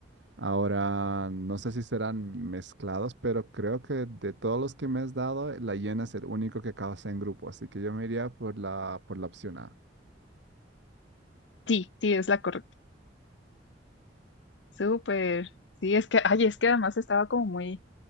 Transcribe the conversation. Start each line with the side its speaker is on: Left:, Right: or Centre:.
Right: Ahora, no sé si serán mezclados, pero creo que de todos los que me has dado, la hiena es el único que causa en grupo, así que yo me iría por la, por la opción A.
Left: Sí, sí, es la correcta. Súper. Sí, es que, ay, es que además estaba como muy,